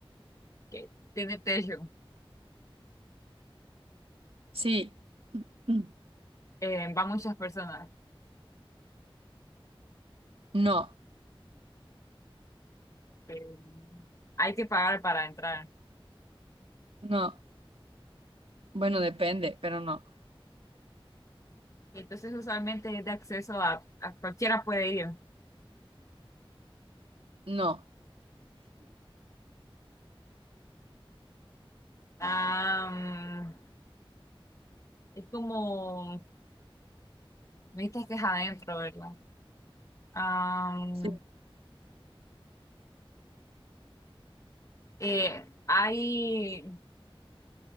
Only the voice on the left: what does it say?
que tiene techo,
em, va muchas personas,
em, hay que pagar para entrar.
Y Entonces usualmente es de acceso a, a cualquiera puede ir.
Am, es como, viste que es adentro, ¿verdad? Am,
eh, hay,